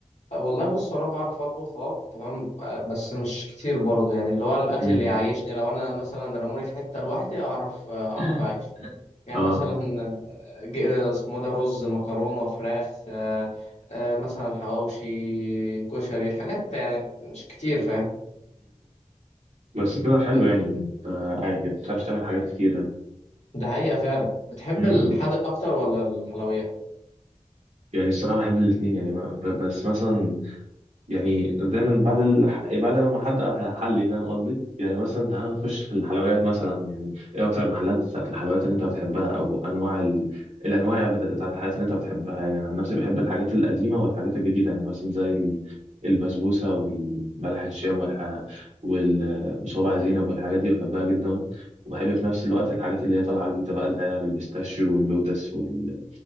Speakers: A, on the left; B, on the right.
A: والله بص انا بعرف اطبخ اه تمام آه، بس مش كتير برضه يعني اللي هو الاكل
B: امم
A: اللي يعيشني لو انا مثلا رموني في حته لوحدي اعرف آه، اعرف
B: <laughs>
A: اعيش يعني
B: اه
A: مثلا آه، ج- آه، اسمه ده رز مكرونه فراخ آه، آه، مثلا حواوشي كشري الحاجات يعني مش كتير فاهم
B: بس كده حلو
A: أنت-
B: يعني انت عاي- بتعرف تعمل حاجات كتيرة
A: ده حقيقه فعلا بتحب
B: م- م.
A: الحادق اكتر ولا الحلويات
B: يعني الصراحة بحب الاتنين يعني ما ب- بس مثلا يعني دايما بعد الح... بعد لما حد حلي فاهم قصدي يعني مثلا تعالى نخش في الحلويات مثلا يعني ايه اكتر محلات بتاعت الحلويات اللي انت بتحبها او انواع ال... الانواع بتا- بتاعت الحلويات اللي انت بتحبها يعني انا عن نفسي بحب الحاجات القديمه والحاجات الجديده يعني مثلا زي ال- البسبوسه والبلح الشام والح... وال- وصوابع زينب والحاجات دي بحبها جدا وبحب في نفس الوقت الحاجات اللي هي طالعه جديده بقى اللي هي بالبيستاشيو واللوتس وال...